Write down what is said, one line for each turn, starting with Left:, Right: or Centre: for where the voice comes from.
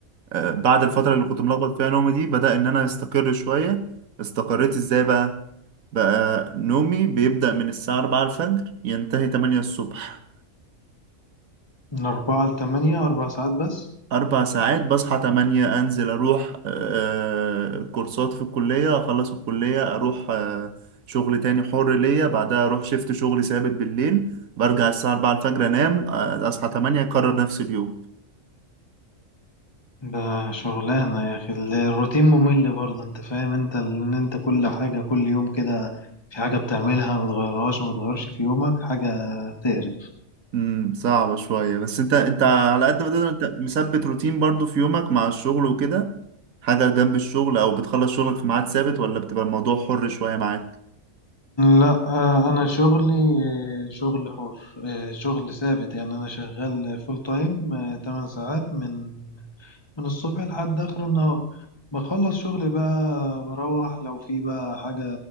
Right: آه، بعد الفتره اللي كنت ملخبط فيها نومي دي بدأ ان انا استقر شويه استقريت ازاي بقى بقى نومي بيبدأ من الساعه 4 الفجر ينتهي 8 الصبح
Left: من أربعة لتمانية أربع ساعات بس
Right: أربع ساعات بصحى تمانية أنزل أروح آه، كورسات في الكلية أخلص الكلية أروح آه، شغل تاني حر ليا بعدها أروح شيفت شغل ثابت بالليل برجع الساعة أربعة الفجر أنام آه، أصحى تمانية أكرر نفس اليوم
Left: ده شغلانة يا أخي الروتين ممل برضه أنت فاهم أنت إن أنت كل حاجة كل يوم كده في حاجة بتعملها ما بتغيرهاش ما بتغيرش في يومك حاجة تقرف
Right: امم صعبة شوية بس أنت أنت على قد ما تقدر أنت مثبت روتين برضو في يومك مع الشغل وكده حاجة جنب الشغل أو بتخلص شغلك في ميعاد ثابت ولا بتبقى الموضوع حر شوية معاك؟
Left: لا آه، أنا شغلي آه، شغل حر آه، شغل ثابت يعني أنا شغال فول تايم 8 ساعات من من الصبح لحد آخر النهار بخلص شغلي بقى بروح لو في بقى حاجة